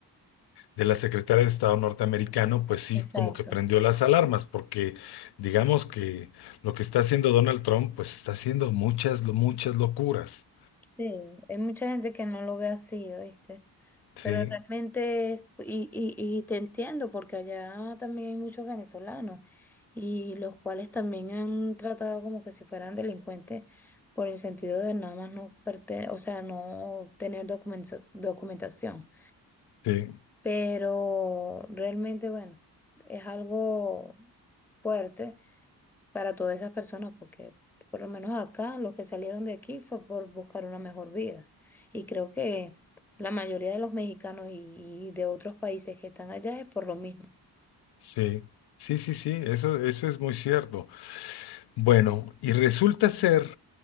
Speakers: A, on the left (about 75°); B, in the centre.
A: de la secretaria de Estado norteamericano, pues sí,
B: Exacto.
A: como que prendió las alarmas, porque digamos que lo que está haciendo Donald Trump, pues está haciendo muchas, lo- muchas locuras.
B: Sí, hay mucha gente que no lo ve así, ¿oíste?
A: Sí,
B: Pero realmente, es- y, y, y te entiendo, porque allá también hay muchos venezolanos, y los cuales también han tratado como que si fueran delincuentes por el sentido de nada más no perte, o sea, no tener documento- documentación.
A: sí,
B: pero realmente, bueno, es algo fuerte para todas esas personas, porque por lo menos acá los que salieron de aquí fue por buscar una mejor vida. Y creo que la mayoría de los mexicanos y, y de otros países que están allá es por lo mismo.
A: sí, sí, sí, sí, eso, eso es muy cierto. Bueno, y resulta ser